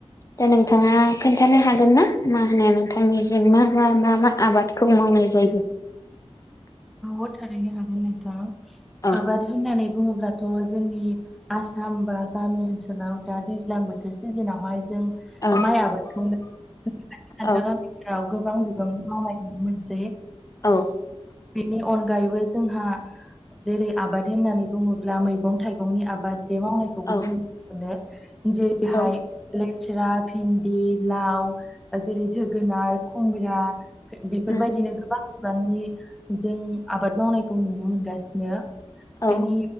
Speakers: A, on the left (about 30°); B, in the centre.
A: दा नोंथाङा खोन्थानो हागोन ना मा होनो नोंथांनि जेंना बा मा मा आबादखौ मावनाय जायो।
B: औ थारैनो हागोन नोंथां
A: औ
B: आबाद होननानै बुङोब्लाथ' जोंनि आसाम बा गामि ओनसोलाव दा दैज्लां बोथोर सिजोनावहाय जों
A: औ
B: माइ आबादागोन
A: औ
B: गेराव गोबां बिबां मावनाय नुनो मोनसै
A: औ
B: बेनि अनगायैबो जोंहा जेरै आबाद होननानै बुङोब्ला मैगं थाइगंनि आबाद बे मावनाय खौ
A: औ
B: जों मोनो जेरैहाय
A: औ
B: लेस्रा, भिन्दि, लाव जेरै जोगोनार, खुमब्रा बेफोरबायदिनो
A: उम
B: गोबां बिबांनि जों आबाद मावनायखौ नुनो मोनगासिनो।
A: औ
B: बिनि